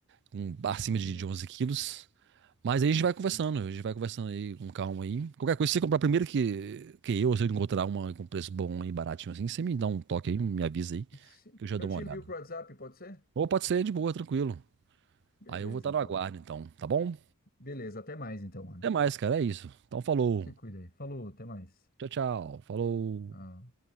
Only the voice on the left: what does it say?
beleza.
Sim.
Sim.
Eu
te
envio pro WhatsApp, pode ser?
Beleza,
então.
Beleza, até mais então, mano.
Se cuida aí. Falou, até mais.
Ah.